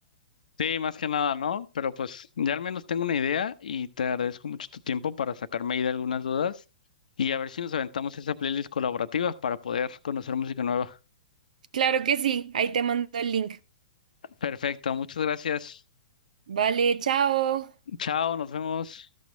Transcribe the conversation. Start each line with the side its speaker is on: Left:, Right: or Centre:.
Left: Sí, más que nada, ¿no? Pero pues ya al menos tengo una idea y te agradezco mucho tu tiempo para sacarme ahí de algunas dudas y a ver si nos aventamos esa playlist colaborativa para poder conocer música nueva.
Right: Claro que sí, ahí te mando el link.
Left: Perfecto, muchas gracias.
Right: Vale, chao.
Left: Chao, nos vemos.